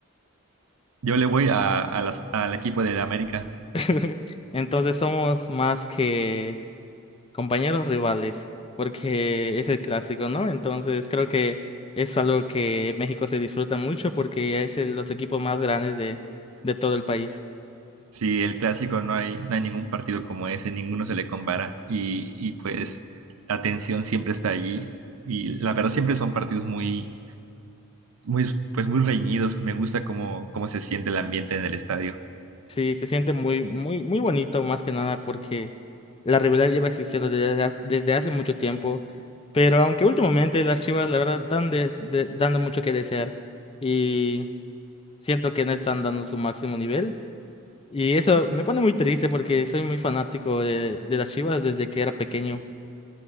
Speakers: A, on the right; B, on the left.
A: Yo le voy a, a las- al equipo de la América.
B: <laughs> Entonces somos más que compañeros rivales, porque es el clásico, ¿no? Entonces creo que es algo que México se disfruta mucho porque es el- los equipos más grandes de, de todo el país.
A: Sí, el clásico no hay, no hay ningún partido como ese, ninguno se le compara y, y pues la tensión siempre está allí y la verdad siempre son partidos muy muy, pues muy reñidos. Me gusta cómo, cómo se siente el ambiente en el estadio.
B: Sí, se siente muy, muy, muy bonito más que nada porque la rivalidad lleva existiendo desde, ha- desde hace mucho tiempo, pero aunque últimamente las Chivas la verdad dan de- de- dando mucho que desear y siento que no están dando su máximo nivel y eso me pone muy triste porque soy muy fanático de, de las Chivas desde que era pequeño,